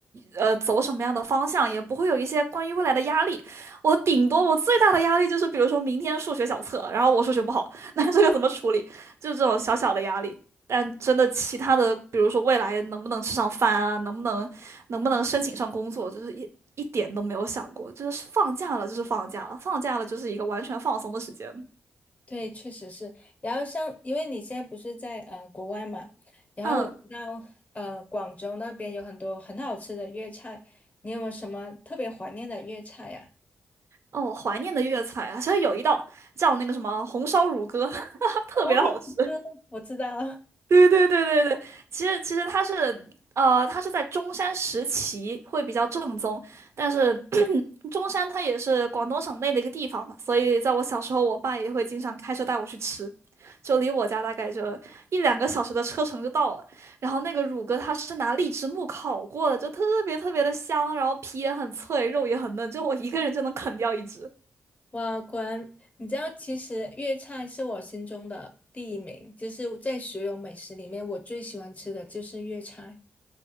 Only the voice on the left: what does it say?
对，确实是。然后像因为你现在不是在呃国外嘛，然后我知道呃广州那边有很多很好吃的粤菜，
你有没有什么特别怀念的粤菜呀、
哦，一个我知道。
哇，果然，你知道，其实粤菜是我心中的第一名，就是在所有美食里面，我最喜欢吃的就是粤菜，